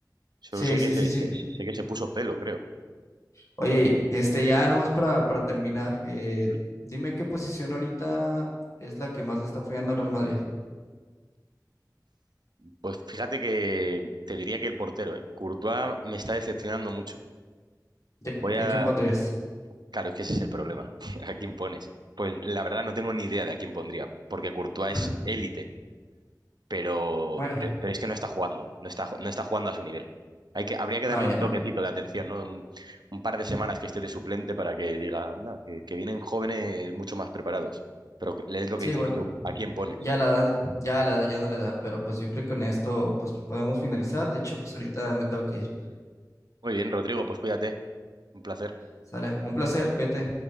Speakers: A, on the right; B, on the left.
A: Solo
B: Sí,
A: sé
B: sí,
A: que se,
B: sí, sí.
A: se- sé que se puso pelo, creo.
B: Oye, este, ya nomás para, para terminar, eh,
A: ¿Mm?
B: dime qué posición ahorita es la que más le está fallando al Real Madrid.
A: Pues fíjate que te diría que el portero, ¿eh? Courtois me está decepcionando mucho.
B: ¿Y,
A: Voy
B: y
A: a...
B: a quién pondrías?
A: Claro, es que ese es el problema. <laughs> ¿A quién pones? Pues la verdad no tengo ni idea de a quién pondría, porque Courtois
B: <laughs>
A: es élite pero,
B: Bueno,
A: pero, pero es que no está jugando, no está, no está jugando a su nivel. Hay que, habría que
B: no,
A: darle
B: ya
A: un toquecito
B: no.
A: de atención, ¿no? Un, un par de semanas que esté de suplente para que diga, anda, que, que vienen jóvenes mucho más preparados. Pero es lo que
B: Sí,
A: dices
B: bueno,
A: tú, ¿a quién pones?
B: ya la edad, ya la edad ya no le da, pero pues yo creo que con esto pues podemos finalizar. De hecho, pues ahorita me tengo que ir.
A: Muy bien, Rodrigo, pues cuídate, un placer.
B: Sale, un placer, cuídate.